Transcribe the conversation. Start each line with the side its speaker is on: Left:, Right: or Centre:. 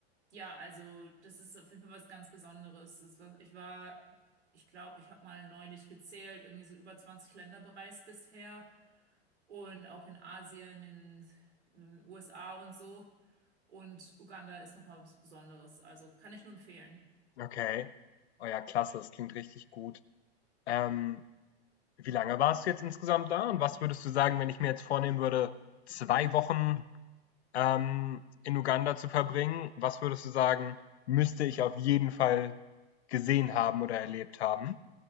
Right: ja, also das ist auf jeden Fall was ganz Besonderes. Es war- Ich war, ich glaube, ich habe mal neulich gezählt, irgendwie so über 20 Länder bereist bisher und auch in Asien, in, in den USA und so. Und Uganda ist nochmal was Besonderes. Also kann ich nur empfehlen.
Left: okay. Oh ja, klasse. Das klingt richtig gut. Ähm, Wie lange warst du jetzt insgesamt da und was würdest du sagen, wenn ich mir jetzt vornehmen würde, 2 Wochen, ähm, in Uganda zu verbringen, was würdest du sagen, müsste ich auf jeden Fall gesehen haben oder erlebt haben?